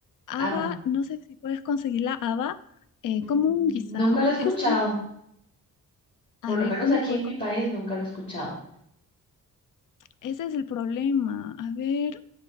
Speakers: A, on the left; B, on the left.
A: Haba,
B: Haba.
A: no sé si puedes conseguir la haba, eh,
B: Mm,
A: como un guisán,
B: Nunca lo he escuchado.
A: es como,
B: Por
A: a
B: lo
A: ver,
B: menos
A: ¿cómo
B: aquí
A: puedes
B: en mi
A: conseguir?
B: país nunca lo he escuchado.
A: Ese es el problema. A ver,